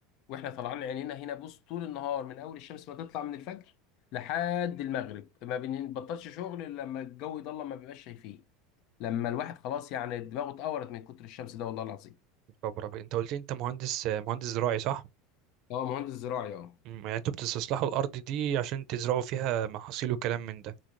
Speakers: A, on the left; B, on the right.
A: وإحنا طالعين عينينا هنا بص طول النهار من أول الشمس ما تطلع من الفجر لحد المغرب ما بنبطلش شغل إلا لما الجو يضلم ما بيبقاش شايفين لما الواحد خلاص يعني دماغه اتقورت من كتر الشمس ده والله العظيم
B: خبره بقى. انت قلت لي انت مهندس مهندس زراعي صح
A: هو مهندس زراعي اه
B: مم، يعني انتوا بتستصلحوا الارض دي عشان تزرعوا فيها محاصيل وكلام من ده